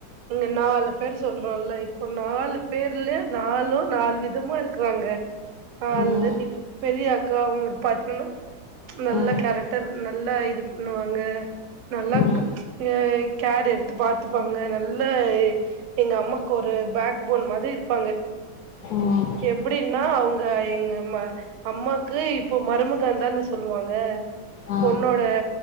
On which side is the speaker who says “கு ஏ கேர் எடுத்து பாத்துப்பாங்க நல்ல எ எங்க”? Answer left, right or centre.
Right